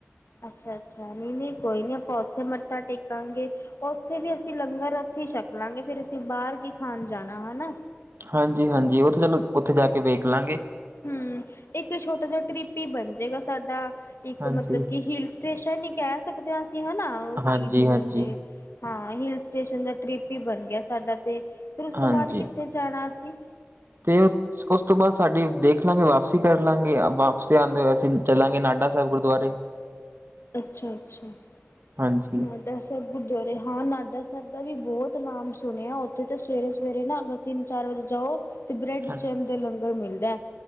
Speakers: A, on the left; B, on the right.
A: ਅੱਛਾ ਅੱਛਾ, ਨਹੀਂ ਨਹੀਂ ਕੋਈ ਨੀ ਆਪਾਂ ਉੱਥੇ ਮੱਥਾ ਟੇਕਾਂਗੇ। ਉੱਥੇ ਵੀ ਅਸੀਂ ਲੰਗਰ। ਉੱਥੇ ਛਕ ਲਾਂਗੇ। ਫੇਰ ਅਸੀਂ ਬਾਹਰ ਕੀ ਖਾਣ ਜਾਣਾ ਹਨਾ।
B: ਹਾਂਜੀ ਹਾਂਜੀ, ਉਹ ਤਾਂ ਚਲੋ ਉੱਥੇ ਜਾ ਕੇ ਵੇਖ ਲਾਂਗੇ।
A: ਹੁ, ਇੱਕ ਛੋਟਾ ਜਿਹਾ ਟ੍ਰਿਪ ਹੀ ਬਣ ਜੇਗਾ ਸਾਡਾ। ਇੱਕ,
B: ਹਾਂਜੀ
A: ਮਤਲਬ ਕੀ ਹਿਲ ਸਟੇਸ਼ਨ ਹੀ ਕਹਿ ਸਕਦੇ ਆ ਅਸੀਂ ਹਨਾ ਉਹ
B: ਹਾਂਜੀ
A: ਚੀਜ਼
B: ਹਾਂਜੀ
A: ਨੂੰ ਤੇ ਹਾਂ ਹਿਲ ਸਟੇਸ਼ਨ ਦਾ ਟ੍ਰਿਪ ਹੀ ਬਣ ਗਿਆ। ਸਾਡਾ ਤੇ ਫਿਰ ਉਸ ਤੋਂ
B: ਹਾਂਜੀ
A: ਬਾਅਦ ਕਿੱਥੇ ਜਾਣਾ ਅਸੀਂ।
B: ਤੇ ਉਸ, ਤੋਂ ਬਾਅਦ ਸਾਡੀ ਦੇਖ ਲਾਂਗੇ ਵਾਪਸੀ ਕਰ ਲਾਂਗੇ ਵਾਪ, ਆਂਦੇ ਹੋਏ ਅਸੀਂ ਚੱਲਾਂਗੇ ਨਾਡਾ ਸਾਹਿਬ ਗੁਰਦੁਆਰੇ।
A: ਅੱਛਾ, ਅੱਛਾ
B: ਹਾਂਜੀ
A: ਹਾਂ, ਡਾ ਸਾਹਿਬ ਗੁਰਦੁਆਰੇ ਹਾਂ ਨਾਡਾ ਸਾਹਿਬ ਦਾ ਵੀ ਬਹੁਤ ਨਾਮ ਸੁਣਿਆ ਉੱਥੇ ਤਾਂ ਸਵੇਰੇ ਸਵੇਰੇ, ਤਿੰਨ ਚਾਰ ਵਜੇ ਜਾਓ ਤੇ ਬ੍ਰੈਡ
B: ਹਾਂਜੀ
A: ਚਮ ਦਾ ਲੰਗਰ ਮਿਲਦਾ